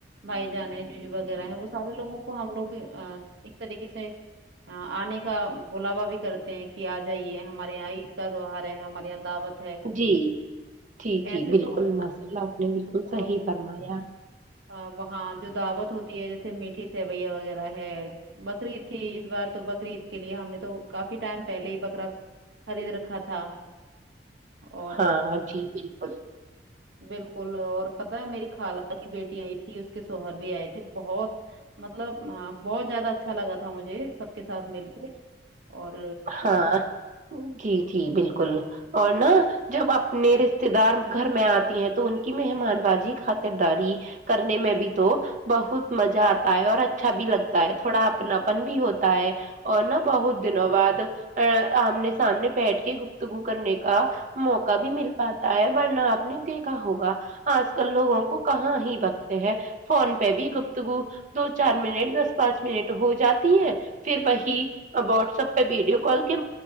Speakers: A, on the right; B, on the right.
A: بھائی جان ہے جیجو وغیرہ ہے وہ سارے لوگوں کو ہم لوگ ایک طریقے سے آنے کا بلاوا بھی کرتے ہیں کہ آ جائیے ہمارے یہاں عید کا تہوہار ہے ہمارے یہاں دعوت ہے
B: جی جی جی
A: ایسے
B: بالکل
A: تو
B: ماشاء اللہ آپ نے بالکل
A: اور
B: صحیح فرمایا
A: ہاں وہاں جو دعوت ہوتی ہے جیسے میٹھی سیویا وغیرہ ہے بکری عید تھی اس بار تو بکری عید کے لیے ہم نے تو کافی ٹائم پہلے ہی بکرا خرید رکھا تھا اور
B: ہاں، جی، بالکل،
A: بالکل اور پتا ہے میری خالہ کی بیٹی آئی تھی اس کے سوہر بھی آئے تھے بہت مطلب بہت زیادہ اچھا لگا تھا مجھے سب کے ساتھ مل کے اور
B: ہاں جی جی بالکل اور نا جب اپنے رشتے دار گھر میں آتی ہیں تو ان کی مہمان بازی خاطرداری کرنے میں بھی تو بہت مزہ آتا ہے اور اچھا بھی لگتا ہے تھوڑا اپنا اپن بھی ہوتا ہے اور نہا بہت دنوں بعد آمنے سامنے بیٹھ کے گفتگو کرنے کا موقع بھی مل پاتا ہے ورنہ آپ نے دیکھا ہوگا آج کل لوگوں کو کہاں ہی بکتے ہیں فون پہ بھی گپتگو دو چار منٹ دس پانچ منٹ ہو جاتی ہیں پھر وہیباٹسپ ویڈیو کال کے